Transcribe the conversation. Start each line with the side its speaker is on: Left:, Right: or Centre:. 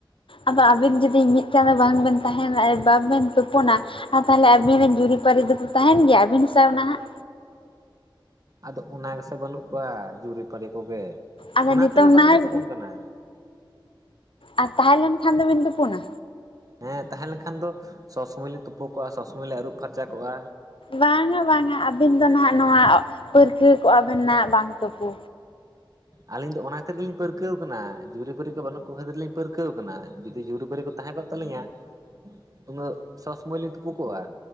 Left: ᱟᱫᱚ ᱟᱵᱤᱱ ᱡᱩᱫᱤ ᱢᱤᱫ ᱪᱟᱸᱫᱚ ᱵᱟᱝᱵᱤᱱ ᱛᱟᱦᱮᱱᱟ ᱵᱟᱵᱤᱱ ᱛᱩᱯᱩᱱᱟ ᱟᱨ ᱛᱟᱦᱚᱞᱮ ᱟᱹᱵᱤᱱ ᱨᱮᱱ ᱡᱩᱨᱤᱯᱟᱹᱨᱤ ᱫᱚᱠᱚ ᱛᱟᱦᱮᱱ ᱜᱮᱭᱟ ᱟᱹᱵᱤᱱ ᱥᱟᱶ ᱱᱟᱦᱟᱸᱜ
Right: ᱟᱫᱚ ᱚᱱᱟ ᱜᱮᱥᱮ ᱵᱟᱹᱱᱩᱜ ᱠᱚᱣᱟ ᱡᱩᱨᱤᱯᱟᱨᱤ ᱠᱚᱜᱮ
Left: ᱟᱫᱚ
Right: ᱚᱱᱟᱛᱮ
Left: ᱱᱤᱛᱚᱝ
Right: ᱠᱷᱟᱛᱤᱨ ᱜᱮ ᱵᱟᱝᱞᱤᱧ
Left: ᱱᱟᱦᱟᱜ
Right: ᱛᱩᱯᱚᱱ ᱠᱟᱱᱟ
Left: ᱟᱨ ᱛᱟᱦᱮᱸ ᱞᱮᱱ ᱠᱷᱟᱱ ᱫᱚᱵᱤᱱ ᱛᱩᱯᱩᱱᱟ
Right: ᱦᱮᱸ ᱛᱟᱦᱮᱸ ᱞᱮᱱᱠᱷᱟᱱ ᱫᱚ ᱥᱚᱵ ᱥᱚᱢᱚᱭ ᱞᱮᱧ ᱛᱩᱯᱳ ᱠᱚᱜᱼᱟ ᱥᱚᱵ ᱥᱚᱢᱚᱭ ᱞᱮᱧ ᱟᱹᱨᱩᱵ ᱯᱷᱟᱨᱪᱟ ᱠᱚᱜᱼᱟ
Left: ᱵᱟᱝᱟ ᱵᱟᱝᱟ ᱟᱹᱵᱤᱱ ᱫᱚ ᱱᱟᱜ ᱱᱚᱣᱟ ᱯᱟᱹᱨᱠᱟᱹᱣ ᱠᱚᱜ-ᱟ ᱵᱤᱱ ᱱᱟᱜ ᱵᱟᱝ ᱛᱳᱯᱳ
Right: ᱟᱹᱞᱤᱧ ᱫᱚ ᱚᱱᱟ ᱠᱷᱟᱹᱛᱤᱨ ᱜᱮᱞᱤᱧ ᱯᱟᱹᱨᱠᱟᱹᱣ ᱠᱟᱱᱟ ᱡᱩᱨᱤᱯᱟᱹᱨᱤ ᱠᱚ ᱵᱟᱹᱱᱩᱜ ᱠᱚ ᱠᱷᱟᱹᱛᱤᱨ ᱞᱤᱧ ᱯᱟᱹᱨᱠᱟᱹᱣ ᱠᱟᱱᱟ ᱡᱩᱫᱤ ᱡᱩᱨᱤᱯᱟᱹᱨᱤ ᱠᱚ ᱛᱟᱦᱮᱸ ᱠᱚᱜ ᱛᱟᱹᱟᱞᱞᱤᱧᱟ ᱩᱱᱟᱹᱜ ᱥᱚᱵᱽ ᱥᱢᱚᱭ ᱞᱤᱧ ᱛᱩᱯᱳ ᱠᱚᱚᱜᱼᱟ